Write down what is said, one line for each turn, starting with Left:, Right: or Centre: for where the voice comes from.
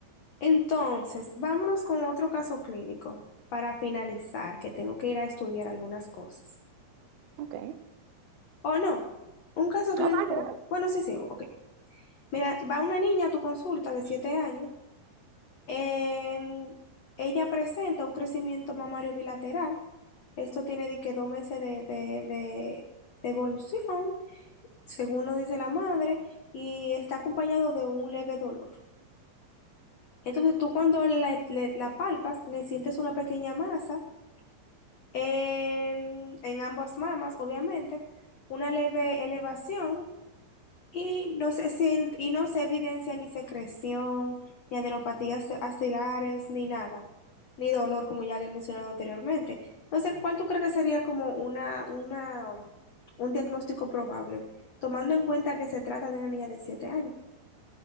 Left: Entonces, vámonos con otro caso clínico para finalizar, que tengo que ir a estudiar algunas cosas.
Right: Ok.
Left: ¿O no? Un caso clínico.
Right: No, dale, dale.
Left: Bueno, sí, sí, ok. Mira, va una niña a tu consulta de 7 años. em, ella presenta un crecimiento mamario bilateral. Esto tiene de que dos meses de, de, de- de evolución, según nos dice la madre, y está acompañado de un leve dolor. Entonces, tú cuando la, le- la palpas, le sientes una pequeña masa en, en ambas mamas, obviamente, una leve elevación y no se sien- y no se evidencia ni secreción, ni adenopatías axilares, ni nada, ni dolor, como ya había mencionado anteriormente. Entonces, ¿cuál tú crees que sería como una, una, un diagnóstico probable, tomando en cuenta que se trata de una niña de 7 años?